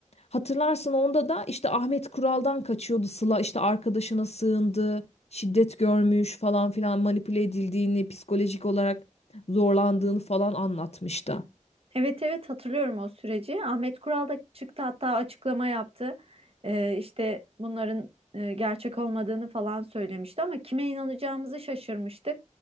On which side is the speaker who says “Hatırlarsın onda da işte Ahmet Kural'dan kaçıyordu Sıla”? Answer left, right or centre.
Left